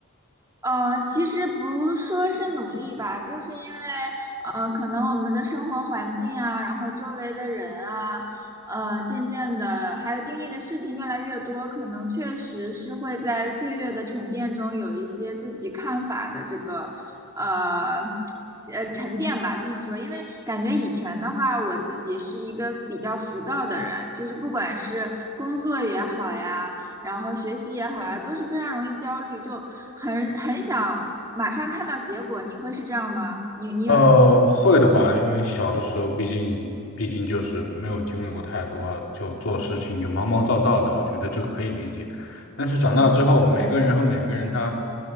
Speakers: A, on the right (about 15°); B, on the left (about 65°).
A: 嗯，呃其实不说是努力吧，就是因为，呃，可能我们的生活环境啊，然后周围的人啊，呃，渐渐的，还有经历的事情越来越多，可能确实是会在岁月的沉淀中有一些自己看法的这个，呃，呃，沉淀吧，这么说，因为感觉以前的话，我自己是一个比较浮躁的人，就是不管是工作也好呀。然后学习也好啊，都是非常容易焦虑，就很很想马上看到结果。你会是这样吗？你你有你
B: 呃，会的吧，因为小的时候，毕竟毕竟就是没有经历过太多，就做事情就毛毛躁躁的，我觉得这可以理解。但是长大之后，每个人和每个人他，